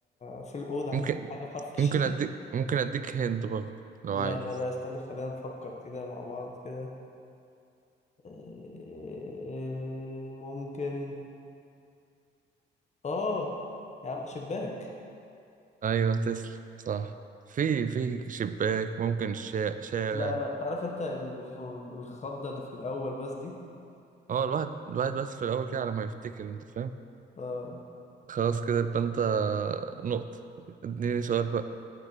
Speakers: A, on the left; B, on the right.
A: في الاوضه عندي
B: ممكن
A: حاجه بحرف الشين
B: ممكن اديك ممكن اديك هند برضه لو
A: لا
B: عايز
A: لا لا استنى خلينا نفكر كده مع بعض كده إيه، ممكن اه يا عم شباك
B: ايوه تسلم صح في في شباك ممكن الشا- شارع
A: لا لا تعرف انت ال- الخضه اللي في الاول بس دي
B: اه الواحد الواحد بس في الاول كده على ما يفتكر انت فاهم
A: اه
B: خلاص كده يبقى انت نقطة اديني سؤال بقى